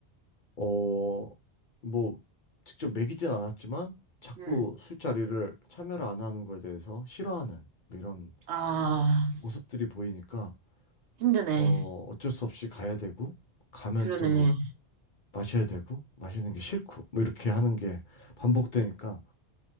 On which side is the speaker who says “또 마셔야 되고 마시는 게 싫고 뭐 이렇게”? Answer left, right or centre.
Left